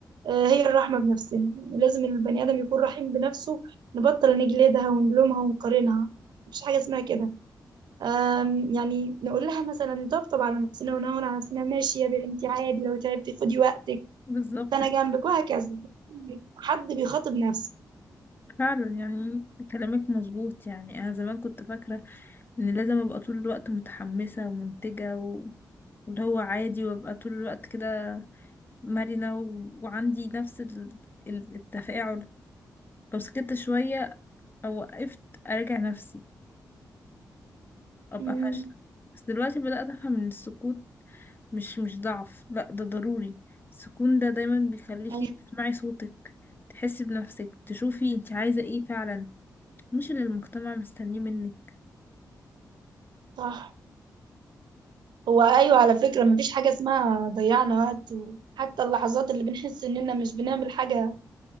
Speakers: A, on the right (about 75°); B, on the left (about 30°).
A: آه، هي الرحمة بنفسنا يعني لازم البني آدم يكون رحيم بنفسه نبطل نجلدها ونلومها ونقارنها مفيش حاجة اسمها كده آم، يعني نقول لها مثلا طبطب على نفسنا ونهون على نفسنا ماشي يا بنتي عادي لو تعبتي خدي وقتك
B: بالظبط
A: أنا جنبك وهكذا حد بيخاطب نفسه
B: فعلا يعني كلامك مظبوط يعني انا زمان كنت فاكره ان لازم ابقى طول الوقت متحمسه ومنتجه و... واللي هو عادي وابقى طول الوقت كده مرنة و... وعندي نفس ال... ال- التفاعل لو سكت شوية أو وقفت أراجع نفسي ابقى
A: مم،
B: فاشله بس دلوقتي بدأت افهم ان السكوت مش مش ضعف لا ده ضروري السكون ده دايما بيخليكي
A: أيوة
B: تسمعي صوتك تحسي بنفسك تشوفي انت عايزة ايه فعلا مش اللي المجتمع مستنيه منك
A: صح هو أيوة على فكرة مفيش حاجة اسمها ضيعنا وقت حتى اللحظات اللي بنحس إننا مش بنعمل حاجة